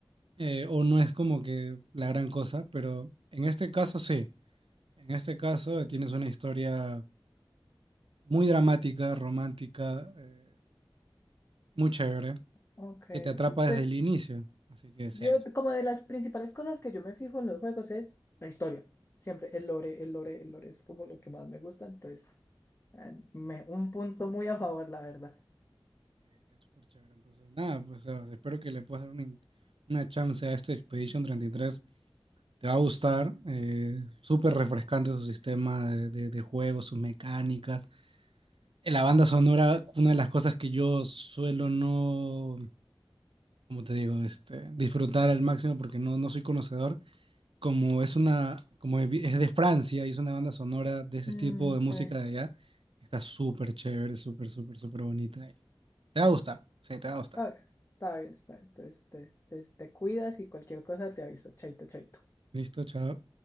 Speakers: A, on the right; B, on the left.
A: eh, o no es como que la gran cosa, pero en este caso sí, en este caso eh, tienes una historia muy dramática, romántica, eh, muy chévere,
B: Ok,
A: que te atrapa
B: sí, pues
A: desde el inicio, así que sí,
B: yo
A: sí,
B: como de las principales cosas que yo me fijo en los juegos es la historia, siempre el lore, el lore, el lore es como lo que más me gusta, entonces... Eh, me- un punto muy a favor, la verdad.
A: sí, que es súper chévere. Entonces, nada, pues eh, espero que le puedas dar una, in- una chance a este Expedition treinta y tres Te va a gustar, eh, súper refrescante su sistema de, de de juego, sus mecánicas La banda sonora, una de las cosas que yo suelo no, como te digo, este, disfrutar al máximo porque no, no soy conocedor, como es una, como es vi- es de Francia y es una banda sonora de ese
B: Mm,
A: tipo
B: ok.
A: de música de allá, está súper chévere, súper, súper, súper bonita. Te va a gustar, sí, te va a gustar.
B: Ah, está bien, está bien. Entonces te, te te cuidas y cualquier cosa te aviso. Chaito, chaito.
A: Listo, chao.